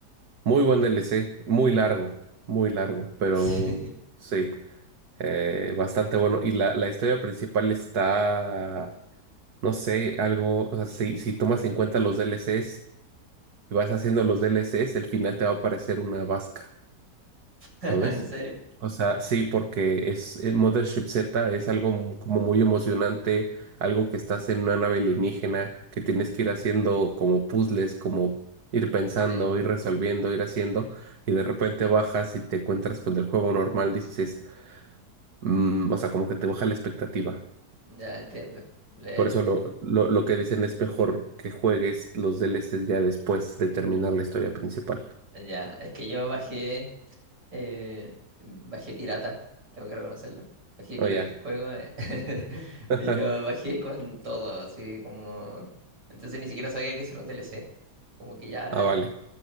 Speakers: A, on the right; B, on the right.
A: Muy buen DLC, muy largo, muy largo, pero
B: <laughs> Sí.
A: sí, eh, bastante bueno. Y la, la historia principal está, no sé, algo, o sea, si, si tomas en cuenta los DLCs y vas haciendo los DLCs, el final te va a parecer una vasca, ¿sabes?
B: <laughs> ¿En serio?
A: O sea, sí, porque es eh, Mothership Z es algo mu- como muy emocionante, algo que estás en una nave alienígena, que tienes que ir haciendo como puzzles, como ir pensando,
B: Sí,
A: ir resolviendo, ir haciendo, y de repente bajas y te encuentras con el juego normal, dices, "Mm", o sea, como que te baja la expectativa.
B: ya entiendo. Le-
A: Por eso lo, lo, lo que dicen es mejor que juegues los DLCs ya después de terminar la historia principal.
B: ya, es que yo bajé, eh, bajé pirata, tengo que reconocerlo. Bajé pirata
A: O ya.
B: el juego eh, <laughs>
A: <laughs>
B: y lo bajé con todo, así como... Entonces ni siquiera sabía que eso era un DLC, como que ya...
A: Ah, vale.